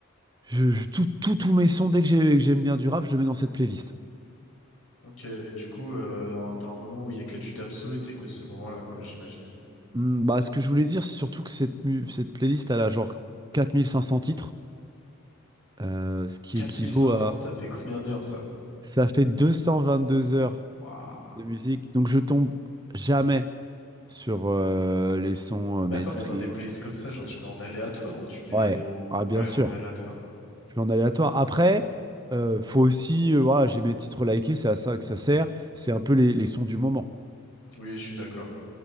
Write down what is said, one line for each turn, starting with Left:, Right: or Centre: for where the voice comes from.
Right: je, je- tout, tout- tous mes sons, dès que j'ai- que j'aime bien du rap, je le mets dans cette playlist.
Left: Ok, et du coup, euh, en- t'as un moment où il y a que du Damso et t'écoutes ce moment-là, quoi, j'imagine.
Right: Hmm, bah, ce que je voulais dire, c'est surtout que cette, mu- cette playlist, elle a genre 4500 titres, euh, ce qui
Left: quatre
Right: équivaut
Left: mille cinq cents
Right: à...
Left: ça fait combien d'heures, ça?
Right: Ça fait 222 heures
Left: Waouh.
Right: de musique, donc je tombe jamais sur euh, les sons euh,
Left: Mais
Right: mainstream.
Left: attends, mais dans des playlists comme ça, genre, tu mets en aléatoire ou tu mets
Right: Ouais,
Left: en...
Right: ah, bien
Left: Ouais,
Right: sûr,
Left: en aléatoire.
Right: je suis en aléatoire. Après, euh, faut aussi, euh, voilà, j'ai mes titres likés, c'est à ça que ça sert. C'est un peu les, les sons du moment.
Left: Oui, je suis d'accord.